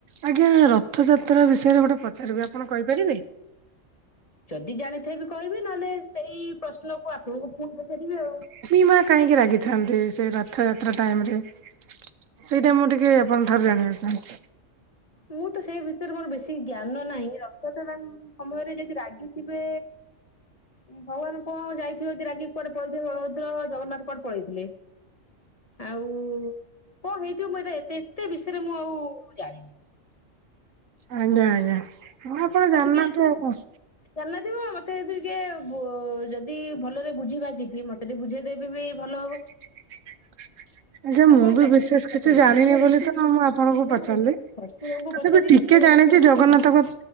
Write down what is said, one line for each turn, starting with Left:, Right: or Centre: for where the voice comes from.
Right: ଆଜ୍ଞା ରଥଯାତ୍ରା ବିଷୟରେ ଗୋଟେ ପଚାରିବି ଆପଣ କହିପାରିବେ?
Left: ଯଦି ଜାଣିଥିବି କହିବି ନହେଲେ ସେଇ ପ୍ରଶ୍ନକୁ ଆପଣଙ୍କୁ ପୁଣି ପଚାରିବି ଆଉ।
Right: ଲଷ୍ମୀମା କାହିଁକି ରାଗିଥାନ୍ତି ସେ ରଥଯାତ୍ରା ଟାଇମ ରେ? ସେଇଟା ମୁଁ ଟିକେ ଆପଣଙ୍କ ଠାରୁ ଜାଣିବାକୁ ଚାହୁଁଛି।
Left: ମୁଁ ତ ସେଇ ଭିତରେ ମୋର ବେଶୀ ଜ୍ଞାନ ନାହିଁ ରଥାଯାତ୍ରା ଟାଇମ୍ ସମୟରେ ଯଦି ରାଗିଥିବେ ଭଗବାନ କଣ ଯାଇଥିବ ଯିଏ ରାଗିକି କୁଆଡେ ପଳେଇଥିବେ ବଳଭଦ୍ର ଜଗନ୍ନାଥ କୁଆଡେ ପଳେଇଥିଲେ? ଆଉ କଣ ହେଇଥିବ ମୁଁ ଏଟା ଏତେ ଏତେ ବିଷୟରେ ମୁଁ ଆଉ ଜାଣିନି।
Right: ଆଜ୍ଞା ଆଜ୍ଞା ହଁ ଆପଣ
Left: ଆଉ
Right: ଜାଣିନାହାନ୍ତି
Left: ଟିକେ ଯଦି
Right: ଆଉ କଣ।
Left: ଜାଣିନଥିବ ମତେବି କିଏ ଯଦି ଭଲରେ ବୁଝି ବାଝିକି ମତେ ସେଠି ବୁଝେଇଦେବି ବି ଭଲ ହବ।
Right: <inaudible> ଆଜ୍ଞା ମୁଁ
Left: ଆପଣ
Right: ବି
Left: ଶ୍ୱଶୁରଙ୍କୁ
Right: ବିଶେଷ
Left: ପଚାରିବେ
Right: କିଛି ଜାଣିନି
Left: ସିଏ
Right: ବୋଲି
Left: ବେଶୀ
Right: ତ ମୁଁ ଆପଣଙ୍କୁ
Left: ନା
Right: ପଚାରିଲି
Left: ନାଇଁ ଶଶୁରଙ୍କୁ
Right: ତଥାପି
Left: ପଚାରିବେ
Right: ଟି
Left: ସିଏ
Right: କିଏ ଜାଣିଛି
Left: ବିଷୟରେ ବେଶୀ
Right: ଜଗନ୍ନାଥଙ୍କ
Left: ଅଭି